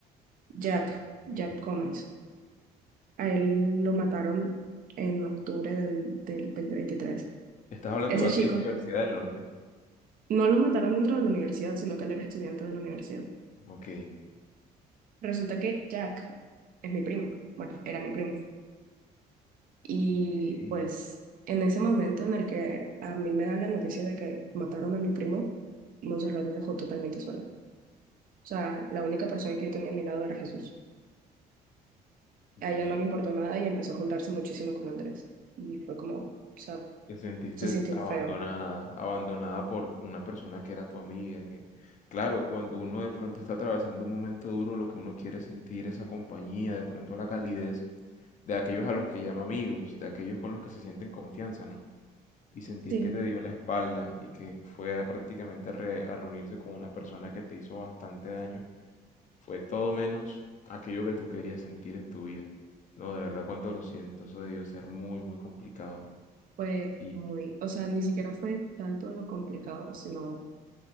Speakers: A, on the right; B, on the left.
A: Jack,
B: Ok.
A: Jack Comas. A él lo mataron en octubre del, del 2023.
B: Estás hablando
A: Ese
B: de aquí
A: chico
B: en la Universidad del Norte.
A: no lo mataron dentro de la universidad, sino que él era estudiante de la universidad.
B: Ok.
A: Resulta que Jack es mi primo. Bueno, era mi primo. Y
B: Ey,
A: pues en ese momento en el que a mí me dan la noticia de que mataron a mi primo, Montserrat me dejó totalmente sola. O sea, la única persona que yo tenía a mi lado era Jesús.
B: Dios
A: A ella no le importó
B: mío.
A: nada y empezó a juntarse muchísimo con Andrés. Y fue como, o sea,
B: Te sentiste
A: se sintió
B: abandonada,
A: feo.
B: abandonada por una persona que era tu amiga, que, claro, cuando uno de pronto está atravesando un momento duro, lo que uno quiere es sentir esa compañía, de pronto la calidez de aquellos a los que llama amigos, de aquellos con los que se sienten confianza, ¿no? Y sentir
A: Sí,
B: que te dio la espalda y que fue a prácticamente a re- a reunirse con una persona que te hizo bastante daño, fue todo menos aquello que tú querías sentir en tu vida. No, de verdad, cuánto lo siento, eso debió ser muy, muy complicado.
A: Fue
B: Y
A: muy, o sea, ni siquiera fue tanto lo complicado, sino